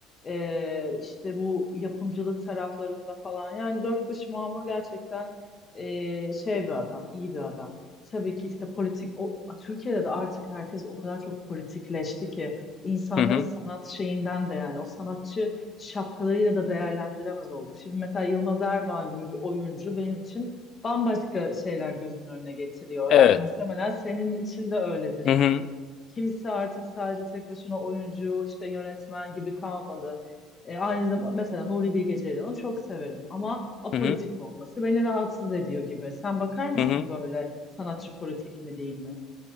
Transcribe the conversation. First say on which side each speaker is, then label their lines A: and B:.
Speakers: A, on the left; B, on the left.
A: e, işte bu yapımcılık taraflarında falan yani dört başı mamur gerçekten e, şey bir adam, iyi bir adam. Tabii ki işte politik, o, Türkiye'de de artık herkes o kadar çok politikleşti ki insanları
B: Hı hı.
A: sanat şeyinden de yani o sanatçı şapkalarıyla da değerlendiremez olduk. Şimdi mesela Yılmaz Erdoğan gibi bir oyuncu benim için bambaşka şeyler gözünün önüne getiriyor.
B: Evet.
A: Yani muhtemelen senin için de öyledir.
B: Hı hı.
A: Kimse artık sadece tek başına oyuncu, işte yönetmen gibi kalmadı. E, aynı zamanda mesela Nuri Bilge Ceylan'ı çok severim ama apolitik
B: Hı hı.
A: olması beni rahatsız ediyor gibi. Sen bakar mısın
B: Hı hı.
A: böyle sanatçı politik mi değil mi?